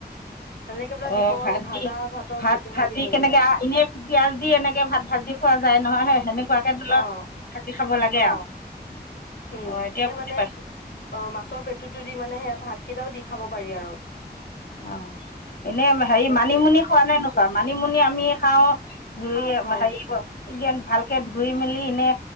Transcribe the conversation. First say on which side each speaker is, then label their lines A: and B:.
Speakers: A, on the left; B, on the left.
A: সেনেকে পেলাই
B: অ,
A: দিব আৰু
B: ভাত
A: ভাজা
B: দি,
A: ভাতৰ
B: ভাত
A: পেটু
B: ভাজি
A: হৈ
B: কেনেকে
A: যায় আৰু
B: এনে পিয়াজ দি এনেকে ভাত ভাজি খোৱা যায় নহয়, সেই সেনেকুৱাকে ধৰি লওক
A: অ-অ,
B: ভাজি খাব লাগে আৰু
A: উম,
B: অ এতিয়া
A: সেই
B: বুজি
A: মানে
B: পাইছো
A: অ, মাছৰ পেটুটো দি মানে সেয়া ভাত কেইটাও দি খাব পাৰি আৰু।
B: অ এনে হেৰি
A: সেইটোৱে
B: মানিমুনি খোৱা নাই নোখোৱা মানিমুনি আমি খাও ধুই
A: খাওঁ খাওঁ
B: হেৰি কৰ। ন ভালকে ধুই মেলি এনে